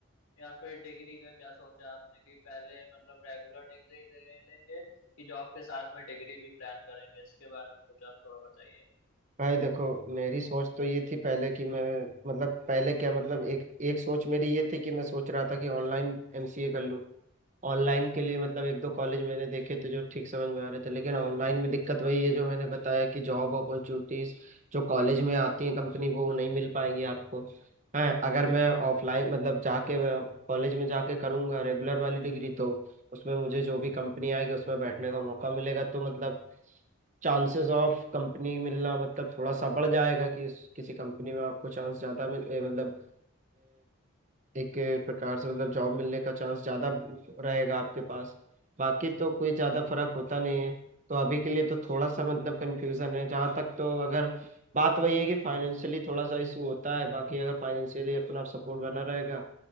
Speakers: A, on the left (about 75°); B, on the right (about 35°).
A: या फिर डिग्री का क्या सोचा आपने कि पहले मतलब रेगुलर डिग्री ले, ले लेंगे कि जॉब के साथ में डिग्री भी प्लान करेंगे इसके बारे में कुछ आप थोड़ा बताइए
B: भाई देखो मेरी सोच तो ये थी पहले कि मैं मतलब पहले क्या मतलब एक एक सोच मेरी ये थी कि मैं सोच रहा था कि ऑनलाइन एमसीए कर लूँ ऑनलाइन के लिए मतलब एक दो कॉलेज मैंने देखे थे जो ठीक समझ में आ रहे थे लेकिन ऑनलाइन में दिक्कत वही है जो मैंने बताया कि जॉब अपॉर्चुनिटीज जो कॉलेज में आती है कंपनी वो नहीं मिल पाएंगी आपको है अगर मैं ऑफलाइन मतलब जाके कॉलेज में जाके करूंगा रेगुलर वाली डिग्री तो उसमें मुझे जो भी कंपनी आएगी उसमें बैठने का मौका मिलेगा तो मतलब चांसेस ऑफ कंपनी मिलना मतलब थोड़ा सा बढ़ जाएगा कि इस- किसी कंपनी में आपको चांस ज्यादा मिल ए, मतलब एक प्रकार से मतलब जॉब मिलने का चांस ज़्यादा रहेगा आपके पास बाकी तो कोई ज़्यादा फर्क होता नहीं है तो अभी के लिए तो थोड़ा सा मतलब कंफ्यूजन है जहाँ तक तो अगर बात वही है कि फाइनेंशियली थोड़ा सा इशू होता है बाकी अगर फाइनेंशियली अपना सपोर्ट बना रहेगा